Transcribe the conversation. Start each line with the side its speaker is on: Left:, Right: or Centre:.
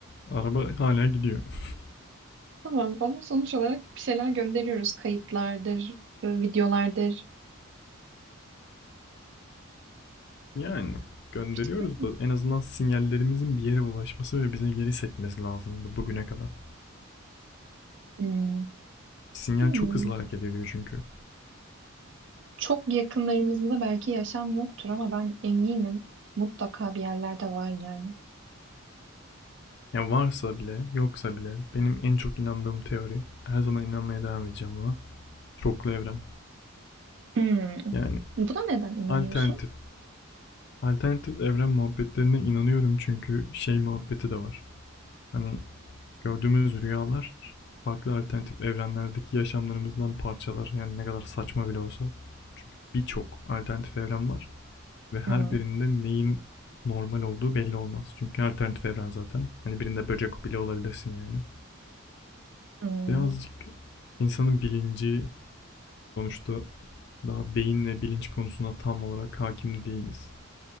Left: araba hala gidiyor. <laughs>
Right: <laughs> Tamam ama sonuç olarak bir şeyler gönderiyoruz. Kayıtlardır, e, videolardır.
Left: Yani gönderiyoruz
Right: İşte,
Left: da en azından sinyallerimizin bir yere ulaşması ve bize geri sekmesi lazımdı bugüne kadar.
Right: hmm,
Left: Sinyal
Right: bilmiyorum.
Left: çok hızlı hareket ediyor çünkü.
Right: Çok yakınlarımızda belki yaşam yoktur ama ben eminim mutlaka bir yerlerde var yani.
Left: Ya varsa bile, yoksa bile benim en çok inandığım teori, her zaman inanmaya devam edeceğim buna. Çoklu evren.
Right: Hmm.
Left: Yani
Right: Buna neden inanıyorsun?
Left: alternatif. Alternatif evren muhabbetlerine inanıyorum çünkü şey muhabbeti de var. Hani gördüğümüz rüyalar farklı alternatif evrenlerdeki yaşamlarımızdan parçalar. Yani ne kadar saçma bile olsa. Çünkü birçok alternatif evren var ve her
Right: Hmm.
Left: birinde neyin normal olduğu belli olmaz. Çünkü alternatif evren zaten. Hani birinde böcek bile olabilirsin yani.
Right: Hmm.
Left: Birazcık insanın bilinci sonuçta daha beyinle bilinç konusuna tam olarak hakim değiliz.